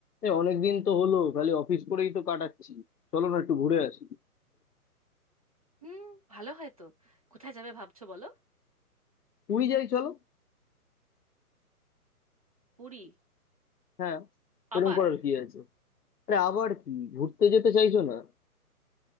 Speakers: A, on the left; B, on the right.
A: এ অনেকদিন তো হলো খালি অফিস করেই তো কাটাচ্ছি চলো না একটু ঘুরে আসি
B: হুম ভালো হয় তো কোথায় যাবে ভাবছো বলো
A: পুরী যাই চলো
B: পুরী
A: হ্যাঁ এরকম
B: আবার
A: করার কি আছে আরে আবার কি ঘুরতে যেতে চাইছো না